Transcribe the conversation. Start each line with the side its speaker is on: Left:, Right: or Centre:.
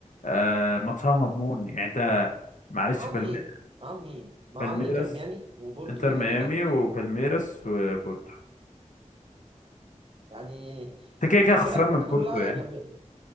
Left: آه ماتشها مضمون يعني انت معلش
Right: ومعاهم
Left: بالمي...
Right: مين؟ معاهم مين؟ معاهم
Left: بالميراس
Right: انتر ميامي وبورتو
Left: انتر
Right: تقريبا
Left: ميامي وبالميراس وبورتو
Right: يعني
Left: انت كده كده خسران
Right: فرق
Left: من بورتو
Right: كلها
Left: يعني
Right: يعني